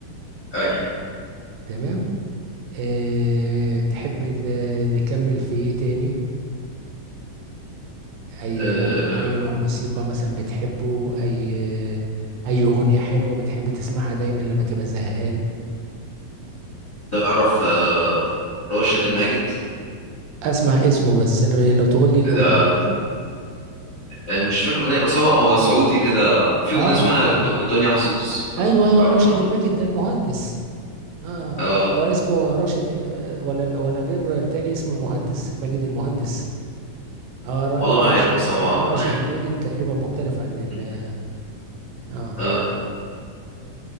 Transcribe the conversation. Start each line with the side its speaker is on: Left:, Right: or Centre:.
Left: ايوه
Right: تمام آه تحب ال- نكمل في ايه تاني اي
Left: أه
Right: اي أي نوع موسيقى مثلا بتحبه اي اي اغنية حلوة بتحب تسمعها دايما لما تبقى زهقان
Left: تعرف أه راشد الماجد
Right: اسمع اسمه بس انا لو تقول لي الاغنيه
Left: ده آه، مش فاكر اغنيه بس هو هو سعودي كده في
Right: اه
Left: اغنيه اسمها د-
Right: اه
Left: دنيا حظوظ
Right: ايوه ايوه
Left: تعرفها
Right: راشد الماجد ده المهندس اه
Left: اه
Right: هو اسمه راشد آه، ولا ولا غير التاني اسمه المهندس ماجد المهندس اه را-
Left: والله
Right: لا
Left: ما
Right: راشد
Left: عارف بس هو
Right: لا
Left: هو-
Right: راشد
Left: <laughs>
Right: الماجد تقريبا مختلف عن ال
Left: مم.
Right: اه
Left: اه